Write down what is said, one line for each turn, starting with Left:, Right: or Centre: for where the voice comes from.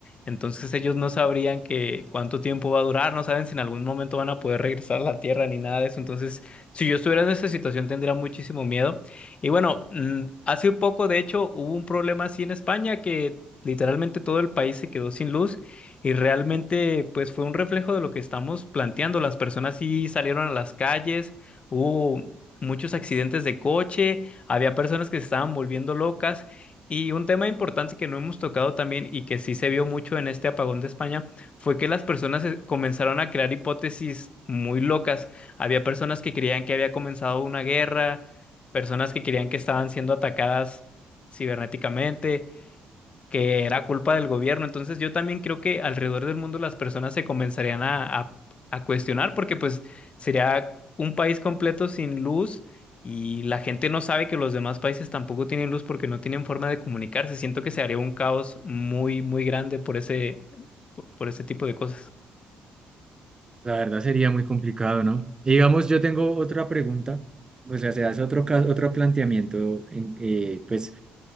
Left: entonces ellos no sabrían que cuánto tiempo va a durar, no saben si en algún momento van a poder regresar a la Tierra ni nada de eso, entonces si yo estuviera en esa situación tendría muchísimo miedo. Y bueno, mm, hace poco de hecho hubo un problema así en España que literalmente todo el país se quedó sin luz. Y realmente, pues fue un reflejo de lo que estamos planteando. Las personas sí salieron a las calles, hubo muchos accidentes de coche, había personas que se estaban volviendo locas. Y un tema importante que no hemos tocado también y que sí se vio mucho en este apagón de España fue que las personas eh, comenzaron a crear hipótesis muy locas. Había personas que creían que había comenzado una guerra, personas que creían que estaban siendo atacadas cibernéticamente que era culpa del gobierno. Entonces yo también creo que alrededor del mundo las personas se comenzarían a, a- a cuestionar porque pues sería un país completo sin luz y la gente no sabe que los demás países tampoco tienen luz porque no tienen forma de comunicarse. Siento que se haría un caos muy, muy grande por ese, por por ese tipo de cosas.
Right: La verdad sería muy complicado, ¿no? Y digamos, yo tengo otra pregunta, o sea, se hace otro caso, otro planteamiento, en- eh, pues,